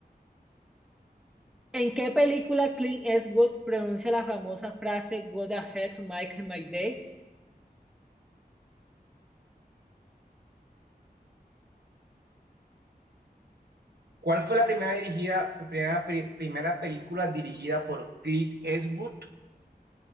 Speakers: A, in the centre; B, on the right (about 85°).
A: ¿En qué película Clint Eastwood pronuncia la famosa frase Go ahead, Mike my day?
B: ¿Cuál fue la primera dirigida, primera, pri- primera película dirigida por Clint Eastwood?